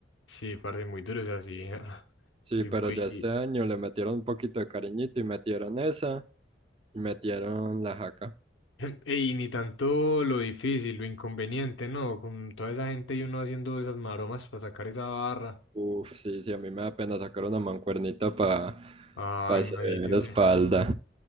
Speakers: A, on the left (about 80°); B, on the right (about 30°).
A: Sí, parce, muy duros así. <laughs>
B: Sí,
A: Y
B: pero
A: muy.
B: ya este año le metieron un poquito de cariñito y metieron esa y metieron la jaca.
A: <laughs> Y ni tanto lo difícil, lo inconveniente, ¿no? Con toda esa gente y uno haciendo esas maromas para sacar esa barra.
B: Uf, sí, sí, a mí me da pena sacar una mancuernita para
A: Ah,
B: hacer
A: imagínese.
B: espalda.